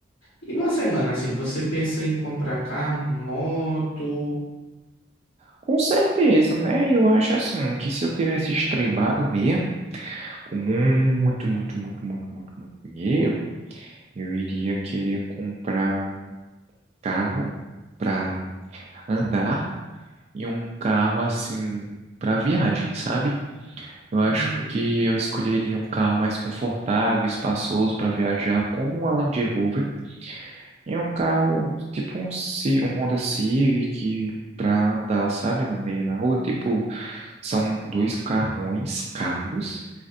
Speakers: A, on the left (about 80°); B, on the right (about 35°).
A: E você, mano, assim, você pensou em comprar carro, moto?
B: Com certeza, né? Eu acho assim que se eu tivesse estrebado mesmo, com muito, muito, muito, muito, muito, muito dinheiro, eu iria querer comprar um carro para andar. e um carro assim para viagem, sabe? Eu acho
A: Uhum.
B: que eu escolheria um carro mais confortável, espaçoso para viajar, como um Land Rover, e um carro tipo um, Ci- um Honda Civic para andar, sabe, no meio na rua. Tipo, são dois carrões caros,